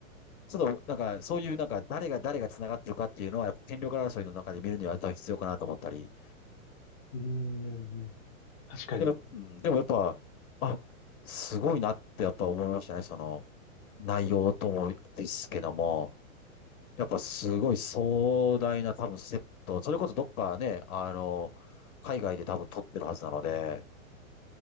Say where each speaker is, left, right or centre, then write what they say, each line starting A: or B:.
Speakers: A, on the left; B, on the left.
A: ちょっとなんか、そういうなんか、誰が誰が繋がってるかっていうのは、やっぱ権力争いの中で見るには多分必要かなと思ったり。
B: うーん。確かに。
A: でも、うん、でもやっぱ、あ、すごいなってやっぱ思いましたね。その、内容ともですけども。やっぱすごい壮大な多分セット、それこそどっかね、あの、海外で多分撮ってるはずなので、